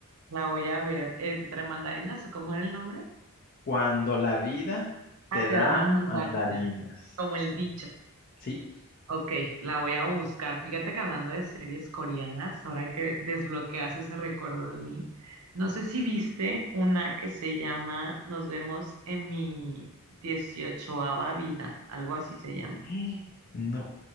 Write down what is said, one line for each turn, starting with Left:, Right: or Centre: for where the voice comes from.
Right: La voy a ver. ¿Entre mandarinas o cómo era el nombre?
Left: Cuando la vida te
Right: Ah, te
Left: da
Right: da mandarinas,
Left: mandarinas.
Right: como el dicho.
Left: ¿Sí?
Right: Ok, la voy a buscar. Fíjate que hablando de series coreanas, ahora que desbloqueas ese recuerdo de mí, no sé si viste una que se llama Nos vemos en mi dieciochoava vida, algo así se llama.
Left: <gasps> No,